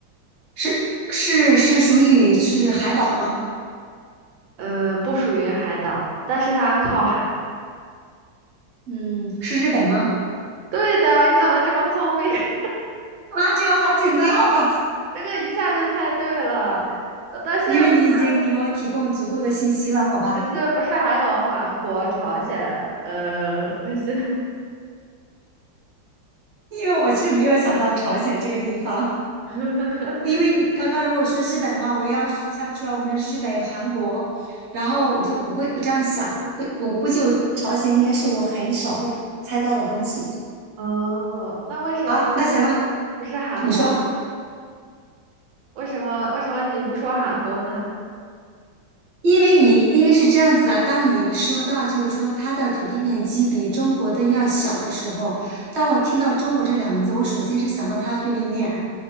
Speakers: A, on the right (about 50°); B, on the right (about 80°).
A: 是是是属于是海岛吗？
B: 呃，不属于海岛，但是它靠海。
A: 嗯，是日本吗？
B: 对的，你怎么这么聪明？<laughs>
A: 啊，这个好简单，好吧，
B: 这个一下就猜对了。呃，但是不是，
A: 因为你已经给我提供足够的信息了，
B: <laughs>
A: 好吧。
B: 只是不是还有韩国、朝鲜，呃，这些？
A: 因为我是没有想到朝鲜这个地方，
B: <laughs>
A: 因为你刚刚如果说日本的话，我要是猜不出来，我可能日本、韩国，然后我就我会我这样想，会会，我估计我朝鲜应该是我很少会猜到的东西。
B: 哦，那为什么不是
A: 好，那行了，
B: 不是韩国？
A: 你说，
B: 为什么为什么你不说韩国呢？
A: 因为你因为是这样子的，当你说到就是说它的土地面积比中国的要小的时候，当我听到中国这两个字，我首先是想到它的对立面，